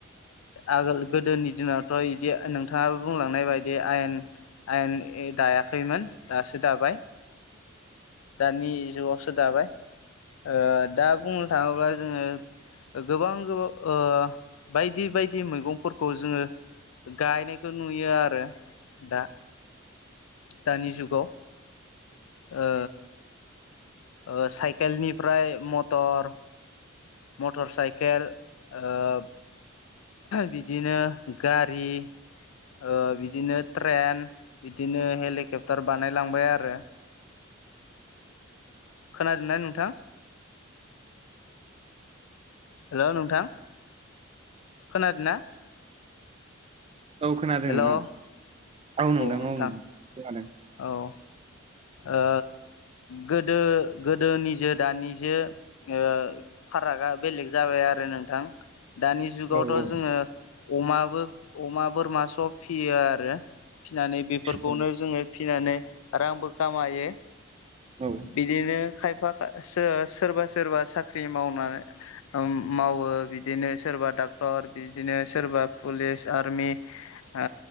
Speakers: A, on the left; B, on the right.
A: आगोल गोदोनि दिनावथ इदि नोंथाङाबो बुंलांनाय बायदि आयेन आयेन ए दायाखैमोन दासो दाबाय। दानि जुगावसो दाबाय। ओ दा बुंनो थाङोबा जोङो गोबां गो ओ बायदि बायदि मैगंफोरखौ जोङो गायनायखौ नुयो आरो दा। दानि जुगाव ओ ओ साइकेलनिफ्राय मटर मटर साइकेल ओ बिदिनो गारि ओ बिदिनो ट्रेन बिदिनो हेलिकप्टार बानायलांबाय आरो। खोनादोंना नोंथां? हेलौ नोंथां खोनादोंना?
B: औ खोनादों
A: हेल'
B: नोंथां
A: औ
B: औ
A: नोंथां
B: औ खोनादों
A: औ। ओ गोदो गोदोनि जो दानि जो ओ फारागा बेलेग जाबाय आरो नोंथां। दानि जुगावथ'
B: औ
A: जोङो अमाबो अमा बोरमा सब फियो आरो। फिनानै बेफोरखौनो
B: औ
A: जोङो फिनानै रांबो खामायो।
B: औ औ
A: बिदिनो खाय फाखा सो सोरबा सोरबा साख्रि मावनाउम मावो बिदिनो सोरबा दा डाक्टर बिदिनो सोरबा पुलिस आर्मि ओ